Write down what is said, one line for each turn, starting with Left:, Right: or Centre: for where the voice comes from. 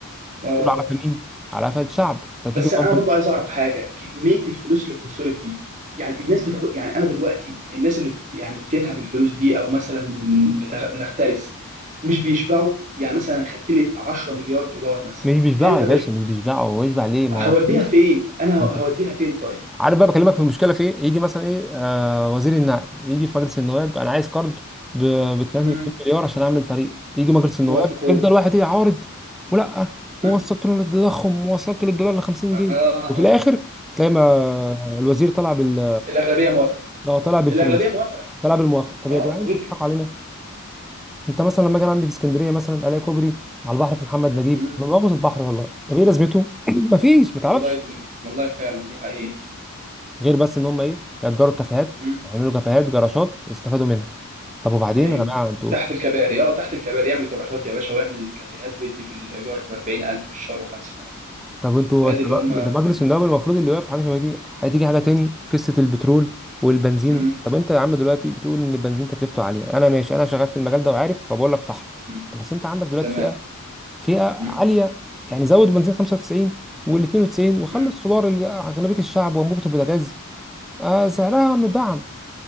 Right: اه
Centre: كله على قفا مين على قفا الشعب انت
Right: بس
Centre: تيجي بقى
Right: انا
Centre: انت
Right: برضو عايز اعرف حاجه كميه الفلوس اللي بتتصرف دي يعني الناس بتاخد يعني انا دلوقتي الناس اللي بت- يعني بتنهب الفلوس دي او مثلا بتغ- بتختلس مش بيشبعوا يعني مثلا خدت لي 10 مليار دولار مثلا
Centre: مش بيشبعوا
Right: هل ما
Centre: يا باشا
Right: بش
Centre: مش بيشبعوا هو يشبع ليه ما
Right: هوديها
Centre: هو فلوس
Right: فين انا ه-
Centre: انت
Right: هوديها فين طيب
Centre: عارف بقى بكلمك في المشكله في ايه يجي مثلا ايه آه وزير النقل يجي في مجلس النواب انا عايز كارد ب 2
Right: امم
Centre: مليار عشان اعمل طريق يجي مجلس النواب
Right: موافقون
Centre: يفضل واحد ايه عارض ولا ووصلت
Right: <laughs>
Centre: له للتضخم ووصلت له الدولار ل 50
Right: اه
Centre: جنيه وفي الاخر تلاقي ما الوزير طلع بال
Right: والاغلبيه موافقه
Centre: اه طلع بالفلوس
Right: الاغلبيه موافقه
Centre: طلع بالموافقه طب
Right: اه
Centre: يا جدعان
Right: وغير
Centre: انتوا
Right: كده
Centre: بتضحكوا علينا انت مثلا لما كان عندي في اسكندريه مثلا الاقي كوبري على البحر في محمد نجيب
Right: امم
Centre: انا بغوص البحر والله طب ايه لازمته <clears throat> مفيش ما تعرفش
Right: والله والله فعلا دي حقيقه
Centre: غير بس ان هم ايه يأجروا الكافيهات
Right: امم
Centre: يعملوا كافيهات جراشات يستفادوا منها طب وبعدين
Right: ايوه
Centre: يا جماعه انتوا
Right: تحت الكباري اه تحت الكباري اعمل جراشات يا باشا واعمل كافيهات وادي في الايجار ب 40000 في الشهر و50000
Centre: طب انتوا
Right: ادي
Centre: سب-
Right: اللي هم
Centre: مجلس
Right: محبين
Centre: النواب المفروض اللي واقف حاجه شبه دي هتيجي حاجه تاني قصه البترول والبنزين
Right: امم
Centre: طب انت يا عم دلوقتي بتقول ان البنزين تكلفته عاليه انا ماشي انا شغال في المجال ده وعارف فبقول لك صح
Right: أمم.
Centre: بس انت عندك دلوقتي
Right: تمام
Centre: فئه فئه عاليه
Right: امم
Centre: يعني زود بنزين 95 وال 92 وخلي
Right: امم
Centre: السولار اللي اغلبيه الشعب وانبوبه البوتاجاز آه سعرها مدعم